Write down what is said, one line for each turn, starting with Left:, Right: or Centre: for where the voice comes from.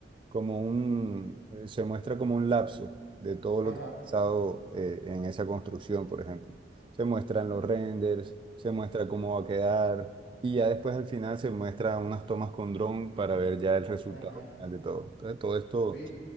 Right: como un, eh, se muestra como un lapso de todo
Left: ajá,
Right: lo que ha pasado eh, en esa construcción, por ejemplo. Se muestran los renders, se muestra cómo va a quedar y ya después al final se muestra unas tomas con dron para ver ya el resultado
Left: ajá.
Right: final de todo. Entonces todo esto
Left: Oye,